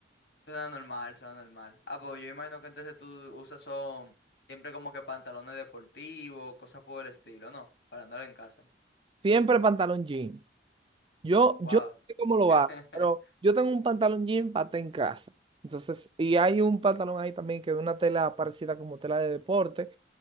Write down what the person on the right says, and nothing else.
Siempre pantalón jean. Yo,
yo no sé cómo lo
hago, pero yo tengo un pantalón jean paté en casa. Entonces, y hay un pantalón ahí también que es una tela parecida como tela de deporte.